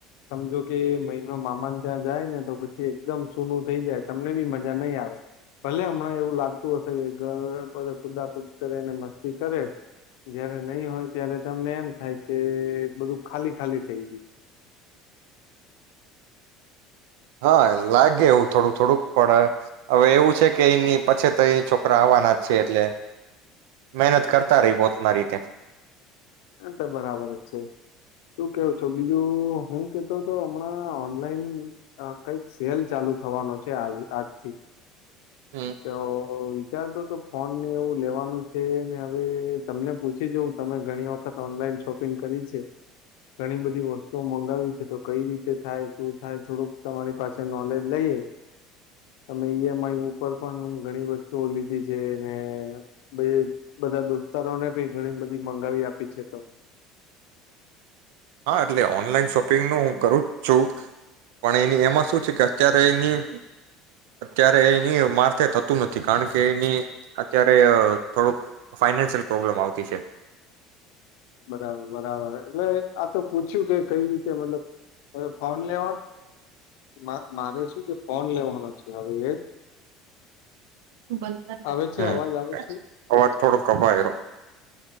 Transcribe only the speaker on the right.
હા, લાગે એવું થોડું -થોડું. પડે, અવે એવું છે કે એની પછીત તો એ છોકરા આવવાના જ છે એટલે મેનત કરતા રઈ પોતના રીતે.
હમ
હાં, એટલે ઓનલાઈન શોપિંગનું હું કરું જ છું, પણ એની એમાં શું છે કે અત્યારે એની અત્યારે એની માથે થ તુ નથી, કાણ કે એની અત્યારે અ થોડુંક ફાઈનાન્શિયલ પ્રોબ્લેમ આવતી છે.
હં,
અવાજ થોડો કપાયો.